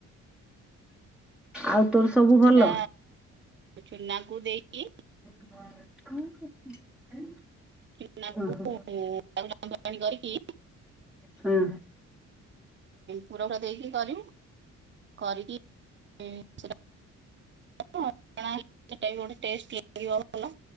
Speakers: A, in the centre; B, on the right.
A: ଆଉ ତୋର ସବୁ ଭଲ?
B: ସେଟା ଚୁନାକୁ ଦେଇ କି
A: <unintelligible>
B: <unintelligible>
A: ହଁ ହଁ
B: କରିକି
A: ହଁ।
B: ପୁର ଦେଇକି କରିବୁ କରିକି <unintelligible> ଅଲଣା ହେଇଛି ସେଇଟା ବି ଗୋଟେ ଟେଷ୍ଟ ଲାଗିବ ଭଲ।